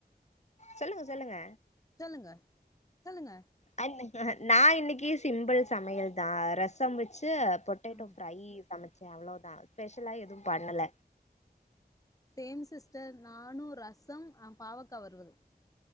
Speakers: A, on the left; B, on the left.
A: சொல்லுங்க சொல்லுங்க
B: சொல்லுங்க சொல்லுங்க
A: அ நான் இன்னைக்கு சிம்பிள் சமையல் தான் ரசம் வச்சு பொட்டேட்டோ
B: ம்
A: ஃப்ரை சமைச்சேன் அவ்வளோதான் ஸ்பெஷலா எதுவும் பண்ணல
B: சேம் சிஸ்டர் நானும் ரசம் பாவக்க வருவல்